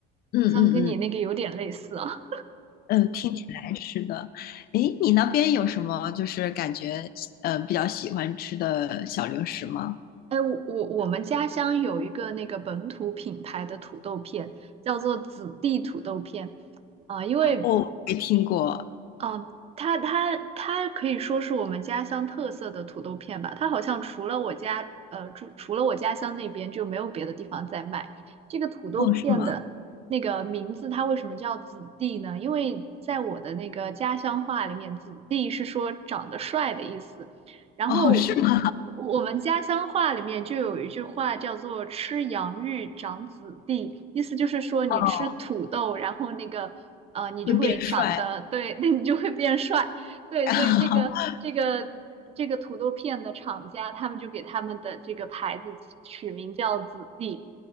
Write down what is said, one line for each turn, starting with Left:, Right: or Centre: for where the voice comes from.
Left: 嗯嗯嗯
Right: 好像跟你那个有点类似啊。
Left: 嗯，听起来是的。诶，你那边有什么就是感觉呃比较喜欢吃的小零食吗？
Right: 哎，我我我们家乡有一个那个本土品牌的土豆片，叫做子弟土豆片啊、因为
Left: 哦，没听过。
Right: 啊、它它它可以说是我们家乡特色的土豆片吧。它好像除了我家呃，除除了我家乡那边就没有别的地方在卖这个土豆片的那个名字。
Left: 哦，是吗？
Right: 它为什么叫子弟呢？因为在我的那个家乡话里面，子弟是说长得帅的意思。然后
Left: 哦，是吗？
Right: 我们家乡话里面就有一句话叫做“吃洋芋长子弟”，意思就是说你吃土豆，
Left: 哦，
Right: 然后那个呃，你就会长得对，
Left: 会变帅。
Right: <laughs> 那你就会变帅。对，
Left: <laughs>
Right: 所以这个这个这个土豆片的厂家，他们就给他们的这个牌子取名叫“子弟”，